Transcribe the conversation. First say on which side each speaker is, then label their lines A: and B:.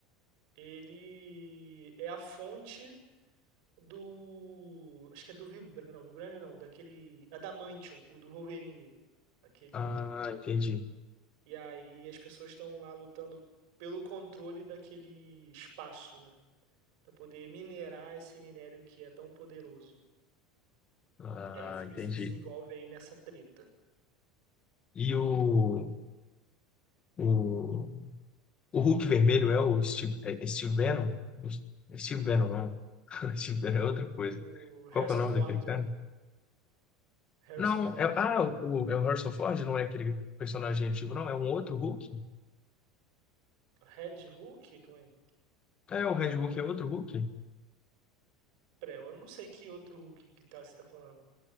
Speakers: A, on the right; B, on the left.
A: Ele é a fonte do. Acho que é do Vibranium. Não, Vibranium não, daquele. Adamantium, o do Wolverine. Aquele.
B: Ah, entendi.
A: E aí as pessoas estão lá lutando pelo controle daquele espaço, né? Pra poder minerar esse minério que é tão poderoso.
B: Ah,
A: E aí o filme
B: entendi.
A: se desenvolve aí nessa treta.
B: E o, o, O Hulk vermelho é o Steve, é é Steve Bannon? É Steve Bannon, não. <laughs> Steve Bannon é outra coisa.
A: O Harrison
B: Qual que é o nome
A: Ford,
B: daquele cara?
A: né? Harrison
B: Não,
A: Ford.
B: é, ah, o, é o Harrison Ford, não é aquele personagem antigo, não, é um outro Hulk?
A: Red Hulk? Como é?
B: É, o Red Hulk é outro Hulk?
A: Pera, eu não sei que outro Hulk que tá, você tá falando.